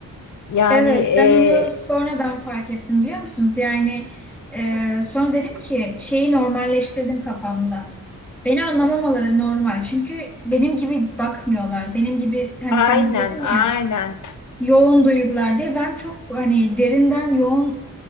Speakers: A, on the left (about 65°); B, in the centre.
A: Yani
B: Evet,
A: e,
B: ben onu sonradan fark ettim biliyor musunuz? Yani e, sonra dedim ki şeyi normalleştirdim kafamda. Beni anlamamaları normal. Çünkü benim gibi bakmıyorlar. Benim gibi hani
A: aynen,
B: sen de dedin
A: aynen.
B: ya yoğun duygular diye ben çok hani derinden yoğun